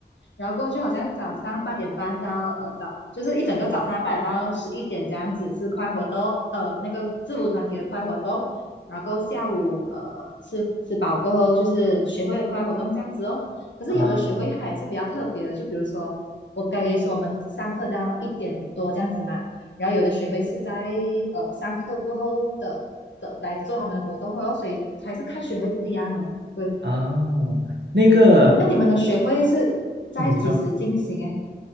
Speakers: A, on the left; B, on the right.
A: 然后过去好像早上八点半到呃早，就是一整个早上八点半到十一点这样子是快活动，呃那个制服团体的快活动，然后下午呃吃吃饱过后就是学会的快活动这样子哦。可是有的学会它也是比较特别的，
B: 啊啊！
A: 就比如说我刚跟你说我们上课到一点多这样子嘛，然后有的学会是在呃上课过后的的来做他们的活动哦，所以还是看学会不一样哦。对，
B: 啊那个，
A: 那你们的学会是在几时进行诶？
B: 嗯，你说。